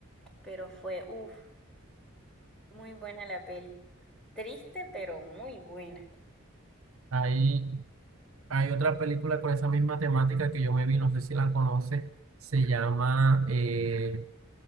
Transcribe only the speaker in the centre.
pero fue, uff, muy buena la peli. Triste, pero muy buena.